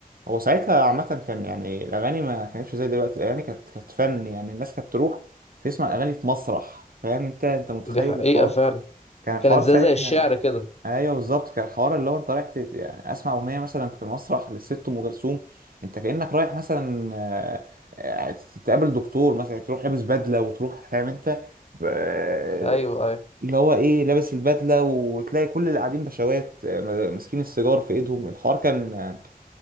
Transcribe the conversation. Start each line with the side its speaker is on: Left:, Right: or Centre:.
Right: هو ساعتها عامة كان يعني الأغاني ما كانتش زي دلوقتي الأغاني كانت كانت فن يعني الناس كانت تروح تسمع الأغاني في مسرح فاهم أنت أنت متخيل
Left: دي حقيقة
Right: الحوار
Left: فعلا
Right: كان الحوار
Left: كانت زي
Right: ساعتها
Left: زي الشعر كده
Right: ايوه بالظبط كان الحوار اللي هو انت رايح تت... يعني اسمع اغنيه مثلا في مسرح للست ام كلثوم انت كانك رايح مثلا آه، آه، تقابل دكتور مثلا تروح لابس بدله وتروح فاهم انت آه،
Left: أيوه أيوه
Right: اللي هو ايه لابس البدله وتلاقي كل اللي قاعدين بشوات آه، ماسكين السيجار في ايدهم الحوار كان آه،